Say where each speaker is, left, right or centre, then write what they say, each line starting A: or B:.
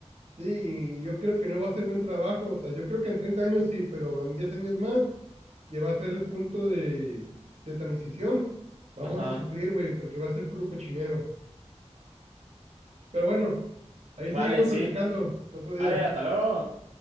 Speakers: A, on the right (about 65°); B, on the right (about 85°).
A: Sí, yo creo que no va a ser buen trabajo. O sea, yo creo que en 30 años sí, pero en 10 años más, que va a ser el punto de, de transición, vamos
B: Ajá.
A: a sufrir, güey, porque va a ser puro cochinero. Pero bueno, ahí
B: Vale,
A: seguimos
B: sí.
A: platicando el otro día.
B: Vale, hasta luego.